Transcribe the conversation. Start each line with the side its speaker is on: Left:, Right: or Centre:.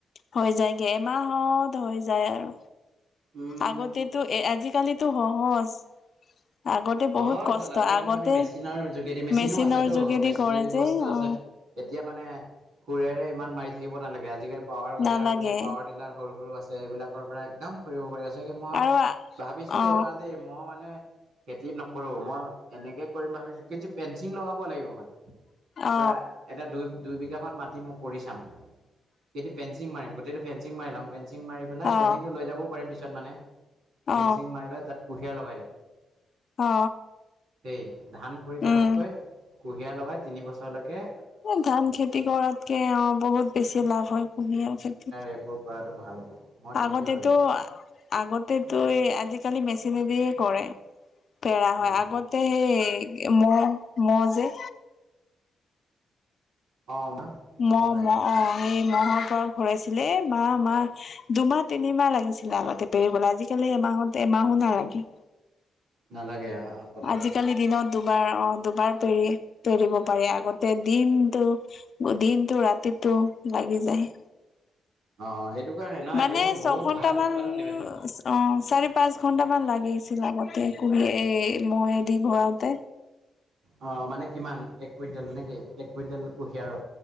Left: হৈ যায়গে এমাহত হৈ যায় আৰু
Right: উম।
Left: আগতে টো এ আজি কালিতো সহজ আগতে বহুত
Right: অ',
Left: কষ্ট
Right: চল আজিকালি
Left: আগতে
Right: মানে মেচিনৰ যোগেদি মেচিনো
Left: মেচিনৰ
Right: আছেতো
Left: যোগেদি
Right: মেচিনেৰী
Left: কৰে যে
Right: বস্তু আছে।
Left: অ।
Right: এতিয়া মানে সুৰেৰে ইমান মাৰি থাকিব নালাগে আজিকালি পাৱাৰ ৱেডাৰ
Left: নালাগে
Right: বুলি পাৱাৰ যিবিলাক সৰু সৰু আছে এইবিলাকৰ পৰা একদম কৰিব পাৰি চাগে মই
Left: আৰু অ
Right: ভাবিছো
Left: অ
Right: এইবাৰ দেই মইও মানে খেতি নকৰো মই এনেকে কৰিম ভাবিছোঁ কিন্তু পেঞ্চিং লগাব লাগিব মানে
Left: অ
Right: প্ৰায় এটা দুই দুই বিঘামান মাটি মই কৰি চাম কি পেঞ্চিং মাৰিম গোটেইতো ফেঞ্চিং মাৰি লওঁ ফেঞ্চিং মাৰি পেলাই
Left: অ
Right: ফেঞ্চিংটো লৈ যাব পাৰিম পিছত মানে ফেঞ্চিং
Left: অ
Right: মাৰি লৈ তাত কুঁহিয়াৰ লগাই দিম।
Left: অ
Right: দেই ধান কৰি থকাতকৈ
Left: উম
Right: কুঁহিয়াৰ লগাই তিনি বছৰলেকে
Left: এ ধান খেতি কৰাতকে অ বহুত বেছি লাভ হয় কুঁহিয়াৰ খেতিত।
Right: এইবোৰ কৰাটো ভাল হ'ব মই তেনেকে
Left: আগতেতো
Right: ভাবিছো
Left: আগতেতো এই আজিকালি মেচিনেদিয়ে কৰে। পেৰা হয়
Right: উম।
Left: আগতে সেই মহ মহ যে
Right: অ মা মও
Left: মহ
Right: গাড়ী
Left: মহ অ এই মহৰ পৰা ঘূৰাইছিলে এই মাহ মাহ দুমাহ তিনিমাহ লাগিছিলে আগতে। পেৰিবলে আজিকালি এমাহত এমাহো নালাগে।
Right: নালাগে আৰু।
Left: আজিকালি দিনত দুবাৰ অহ, দুবাৰ পেৰি-পেৰিব পাৰে, আগতে দিনটো। দিনটো ৰাতিটো লাগি যায়।
Right: অহ', অহ' সেইটো কাৰণে। নহয়
Left: মানে
Right: এইবোৰ
Left: ছয়
Right: বহুত
Left: ঘন্টামান
Right: ভাল উৎপাদন দিবে ন।
Left: অহ, চাৰি পাঁচ ঘন্টামান লাগিছিল আগতে একোদি এ মহেদি ঘূৰাওতে।
Right: অহ, মানে কিমান এক কুইণ্টেলনে কি? এক কুইণ্টেল কুঁহিয়াৰৰ